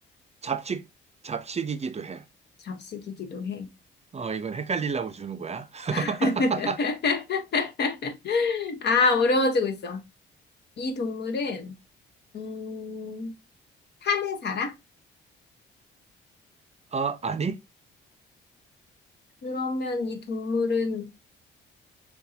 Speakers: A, on the right; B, on the left.
A: 잡식, 잡식이기도 해.
B: 잡식이기도 해.
A: 어, 이건 헷갈리려고 주는 거야. <laughs>
B: <laughs> 아, 어려워지고 있어. 이 동물은, 음, 산에 살아?
A: 어, 아니?
B: 그러면 이 동물은,